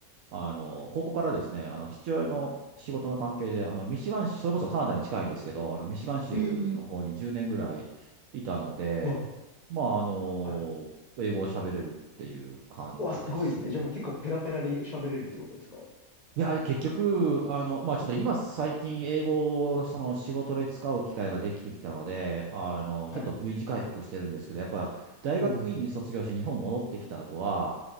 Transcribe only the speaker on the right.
あの、高校からですね、あの、父親の仕事の関係で、あの、ミシガン州、それこそカナダに近いんですけど、あの、ミシガン州の方に10年ぐらいいたので、
まあ、あの、
英語を喋れるっていう感じですね。
いや、結局、あの、まあ、ちょっと今最近英語をその仕事で使う機会ができてきたので、あの、
ちょっと V 字回復してるんですけど、やっぱ大学院に卒業して日本戻ってきた後は、